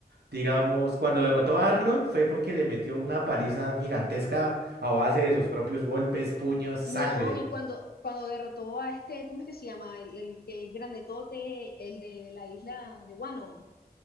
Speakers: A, on the right; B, on the left.
A: Digamos, cuando derrotó a Arlong fue porque le metió una paliza gigantesca a base de sus propios golpes, puños, sangre.
B: No, y cuando, cuando derrotó a este, ¿cómo es que se llama? El, el que es grandetote, el de la isla de Wano.